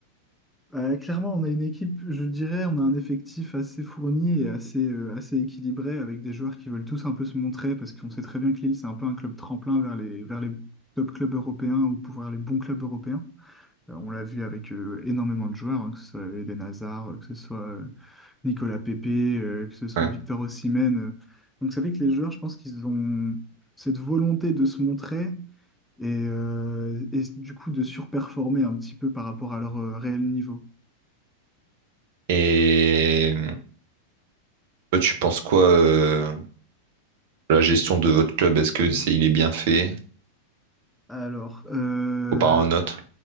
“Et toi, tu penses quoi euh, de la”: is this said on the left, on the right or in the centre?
Right